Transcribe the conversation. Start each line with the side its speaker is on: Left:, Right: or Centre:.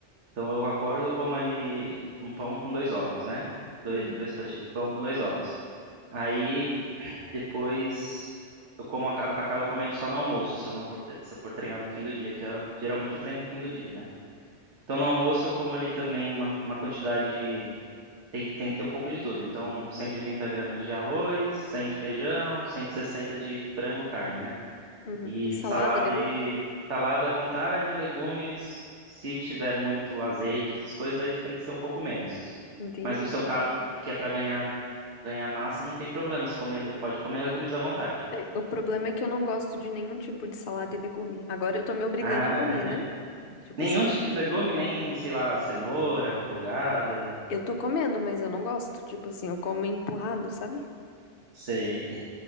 Right: Então eu acordo, eu como ali um pão com dois ovos, né? Dois,
Left: uhum,
Right: dois fatias de pão com dois ovos. Aí depois eu como acabo, acabo comendo só no almoço, se eu não for, se eu for treinar no fim do dia, que eu, geralmente eu treino no fim do dia, né? Então no almoço eu como ali também uma, uma quantidade de Tem, tem que ter um pouco de tudo. Então, 180 gramas de arroz, 100 de feijão, 160 de frango, carne, né?
Left: uhum.
Right: E
Left: E salada,
Right: salada
Left: legume?
Right: e salada à vontade, legumes. Se tiver muito azeite, essas coisas, aí tem que ser um pouco menos.
Left: Entendi.
Right: Mas no seu caso, que é para ganhar ganhar massa, não tem problema. Você come le- pode comer legumes à vontade.
Left: É, o problema é que eu não gosto de nenhum tipo de salada e legume. Agora eu tô me obrigando
Right: Ah,
Left: a comer,
Right: <laughs>
Left: né? Tipo
Right: nenhum
Left: assim,
Right: tipo de legume, nem, sei lá, cenoura refogada.
Left: eu tô comendo, mas eu não gosto. Tipo assim, eu como empurrado, sabe?
Right: sei